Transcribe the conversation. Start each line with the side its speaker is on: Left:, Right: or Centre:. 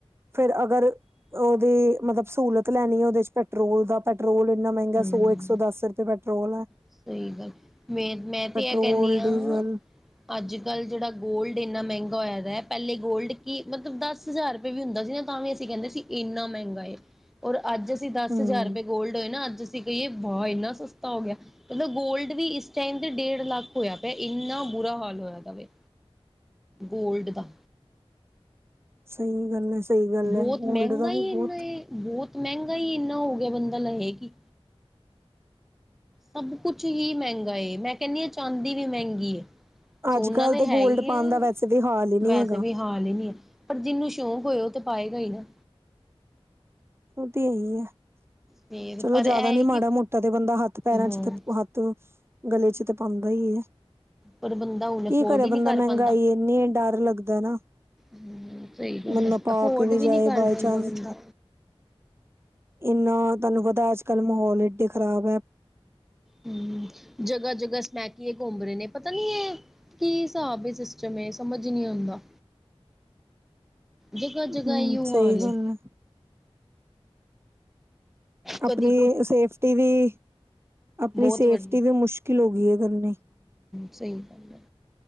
Right: ਫੇਰ ਅਗਰ ਓਹਦੀ, ਮਤਲਬ ਸੂਲਤ ਲੈਣੀ ਔਦੇ ਚ ਪੈਟਰੋਲ ਦਾ ਪੈਟਰੋਲ ਇੰਨਾ ਮੈੰਗਾ,
Centre: ਹੂੰ
Right: ਸੋ, ਇੱਕ ਸੌ ਦਸ ਰੁਪਏ ਪੈਟਰੋਲ ਐ।
Centre: ਸਹੀ ਗੱਲ, ਮੇ ਮੈਂ
Right: ਪੈਟਰੋਲ
Centre: ਤੇ ਐ ਕੈਣੀ ਆਂ।
Right: ਡੀਜ਼ਲ
Centre: ਅੱਜ-ਕੱਲ ਜੇੜਾ ਗੋਲਡ, ਇੰਨਾ ਮੈੰਗਾ ਹੋਯੈ ਦੈ। ਪੈਲੇ ਗੋਲਡ ਕੀ ਮਤਲਬ ਦੱਸ ਜ਼ਾਰ ਰੁਪਏ ਵੀ ਹੁੰਦਾ ਸੀ। ਨਾ ਤਾਂ ਵੀ, ਅਸੀਂ ਕੈੰਦੇ ਸੀ ਇੰਨਾ ਮੈੰਗਾ ਏ। ਔਰ ਅੱਜ ਅਸੀਂ, ਦਸ
Right: ਹਮ
Centre: ਹਜ਼ਾਰ ਰੁਪਏ ਗੋਲਡ ਹੋਏ, ਨਾ। ਅੱਜ ਅਸੀਂ ਕਹੀਏ ਵਾਹ ਇੰਨਾ ਸਸਤਾ ਹੋ ਗਿਆ। ਪਤਾ ਗੋਲਡ ਵੀ ਇਸ ਟਾਈਮ ਤੇ, ਡੇਢ ਲੱਖ ਹੋਯਾ ਪਿਆ ਹੈ। ਇੰਨਾ ਬੁਰਾ ਹਾਲ ਹੋਯਾ ਦਾ ਵੇ। ਗੋਲਡ ਦਾ।
Right: ਸਹੀ ਗੱਲ ਹੈ। ਸਹੀ ਗੱਲ
Centre: ਬੌਤ
Right: ਹੈ ਗੋਲਡ
Centre: ਮੈੰਗਾ
Right: ਦਾ ਵੀ
Centre: ਹੀ
Right: ਬਹੁਤ
Centre: ਇੰਨਾ ਏ। ਬੌਤ ਮੈੰਗਾ ਹੀ ਇੰਨਾ ਹੋ ਗਿਐ, ਬੰਦਾ ਲਏ ਕਿ। ਸਭ ਕੁਛ ਹੀ ਮੈੰਗਾ ਏ, ਮੈਂ ਕੈਣੀ ਆਂ ਚਾਂਦੀ ਵੀ ਮੈੰਗੀ ਏ, ਸੋਨਾ
Right: ਅੱਜ ਕੱਲ੍ਹ
Centre: ਤਾਂ
Right: ਤੇ
Centre: ਹੈ
Right: ਗੋਲਡ
Centre: ਈ
Right: ਪਾਉਣ
Centre: ਏ,
Right: ਦਾ ਵੈਸੇ ਵੀ ਹਾਲ ਹੀ ਨਹੀਂ
Centre: ਵੈਸੇ
Right: ਹੈਗਾ
Centre: ਵੀ ਖਾ ਲੈਣੀ ਆ। ਪਰ ਜਿਨੂੰ ਸ਼ੌਂਕ ਹੋਏ, ਔਹ ਤੇ ਪਾਏਗਾ ਈ ਨਾ।
Right: ਉਹ ਤੇ ਔਹੀ ਹੈ।
Centre: ਫੇਰ
Right: ਚਲੋ
Centre: ਪਰ ਇਹ
Right: ਜਿਆਦਾ
Centre: ਹੈ
Right: ਨੀ,
Centre: ਕਿ
Right: ਮਾੜਾ ਮੋਟਾ ਤੇ ਬੰਦਾ ਹੱਥ, ਪੈਰਾਂ
Centre: ਹਾਂ
Right: ਚ ਤੇ ਹੱਥ ਤ ਗਲੇ ਚ, ਤਾਂ ਪਾੰਦਾ ਹੀ ਏ।
Centre: ਪਰ ਬੰਦਾ ਹੁਣ
Right: ਕੀ
Centre: ਅਫੋਰਡ
Right: ਕਰੇ
Centre: ਹੀ ਨਹੀਂ
Right: ਬੰਦਾ।
Centre: ਕਰ
Right: ਮੈੰਗਾਈ
Centre: ਪਾਉਂਦਾ
Right: ਏਨੀ ਏ, ਡਰ ਲੱਗਦ ਏ ਨਾ।
Centre: ਹਮ ਸਹੀ ਗੱਲ
Right: ਬੰਦਾ
Centre: ਹੈ
Right: ਪਾ
Centre: ਅਫੋਰਡ
Right: ਕੇ ਵੀ, ਜਾਏ
Centre: ਨਹੀਂ ਕਰ
Right: ਬਾਏ
Centre: ਪਾਉਂਦਾ
Right: ਚਾਂਸ।
Centre: ਬੰਦਾ
Right: ਇੰਨਾ ਤੁਹਾਨੂੰ ਪਤਾ, ਅੱਜ-ਕੱਲ ਮਹੌਲ ਏਡੇ ਖ਼ਰਾਬ ਐ।
Centre: ਹੂੰ, ਜਗਾ-ਜਗਾ, ਸਮੈਕੀਏ ਘੁੰਮ ਰੇ ਨੇ। ਪਤਾ ਨੀ ਏ ਕੀ ਹਿਸਾਬ ਏ, ਸਿਸਟਮ ਏ, ਸਮਝ ਨੀ ਔੰਦਾ। ਜਗਾ-ਜਗਾ,
Right: ਹਮ
Centre: ਅਈਔ
Right: ਸਹੀ
Centre: ਹਾਲ
Right: ਗੱਲ
Centre: ਏ।
Right: ਹੈ
Centre: ਕਦੀ
Right: ਅਪਣੀ ਸੇਫਟੀ ਵੀ ਆਪਣੀ
Centre: ਬੌਤ
Right: ਸੇਫਟੀ
Centre: ਵਡ--ਹੂੰ
Right: ਵੀ ਮੁਸ਼ਕਿਲ ਹੋ ਗਈ ਹੈ ਕਰਨੀ
Centre: ਸਹੀ ਗੱਲ ਐ।